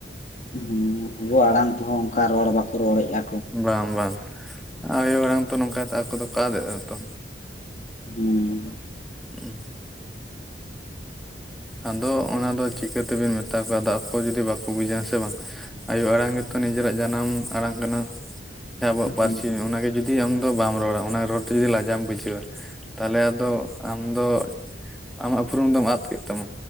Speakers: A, on the left; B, in the centre.
A: ᱦᱩᱸ ᱟᱵᱚᱣᱟᱜ ᱟᱲᱟᱝ ᱛᱮᱦᱚᱸ ᱚᱝᱠᱟ ᱨᱚᱲ ᱵᱟᱠᱚ ᱨᱚᱲ ᱮᱜ-ᱟ᱾
B: ᱵᱟᱝ ᱵᱟᱝ ᱟᱭᱳ ᱟᱲᱟᱝ ᱛᱚ ᱱᱚᱝᱠᱟ ᱛᱮ ᱟᱠᱚ ᱫᱚᱠᱚ ᱟᱫᱮᱜ-ᱟ ᱛᱚ᱾
A: ᱦᱩᱸᱻ
B: ᱩᱸᱦ ᱟᱫᱚ ᱚᱱᱟ ᱫᱚ ᱪᱤᱠᱟᱹ ᱛᱤᱵᱤᱱ ᱢᱮᱛᱟ ᱠᱚᱣᱟ ᱟᱫᱚ ᱟᱠᱚ ᱡᱩᱫᱤ ᱵᱟᱠᱚ ᱵᱩᱡᱟ ᱥᱮ ᱵᱟᱝ, ᱟᱭᱳ ᱟᱲᱟᱝ ᱜᱮᱛᱚ ᱱᱤᱡᱮᱨᱟᱜ ᱡᱟᱱᱟᱢ ᱟᱲᱟᱝ ᱠᱟᱱᱟ ᱡᱟᱦᱟᱸ ᱟᱵᱚᱣᱟᱜ
A: ᱦᱩᱸ
B: ᱯᱟᱹᱨᱥᱤ
A: ᱦᱩᱸ
B: ᱚᱱᱟᱜᱮ ᱡᱩ ᱫᱤ ᱟᱢ ᱫᱚ ᱵᱟᱢ ᱨᱚᱲᱟ ᱚᱱᱟ ᱨᱚᱲ ᱛᱮ ᱡᱩᱫᱤ ᱞᱟᱡᱟᱣ ᱮᱢ ᱵᱩᱡᱷᱟᱹᱣᱟ ᱛᱟᱦᱞᱮ ᱟᱫᱚ ᱟᱢ ᱫᱚ ᱟᱢᱟᱜ ᱩᱯ ᱯᱩᱨᱩᱢ ᱫᱚᱢ ᱟᱫ ᱠᱮᱫ ᱛᱟᱢᱟ᱾